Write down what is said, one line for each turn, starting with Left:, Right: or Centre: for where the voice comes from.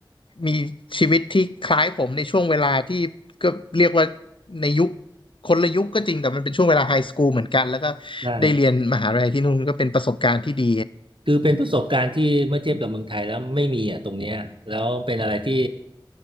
Left: มีชีวิตที่คล้ายผมในช่วงเวลาที่ก็เรียกว่าในยุคคนละยุคก็จริงแต่มันเป็นช่วงเวลาไฮสคูลเหมือนกันแล้วก็
Right: ใช่
Left: ได้เรียนมหาลัยที่นู่นก็เป็นประสบการณ์ที่ดี
Right: คือเป็นประสบการณ์ที่เมื่อเทียบกับเมืองไทยแล้วไม่มีอ่ะตรงเนี้ยแล้วเป็นอะไรที่